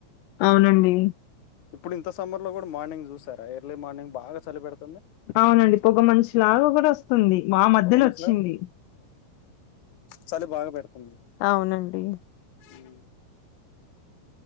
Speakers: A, on the left (about 80°); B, on the left (about 45°).
A: అవునండి
B: ఇప్పుడు ఇంత సమ్మర్ లో కూడా మార్నింగ్ చూసారా ఎర్లీ మార్నింగ్ బాగా చలి పెడుతు
A: అవునండి పొగ మంచులాగా కూడా వస్తుంది. మా మధ్యలో
B: పొగ మంచులాగా
A: వచ్చింది.
B: చలి బాగా పెడుతుంది.
A: అవునండి.
B: ఊ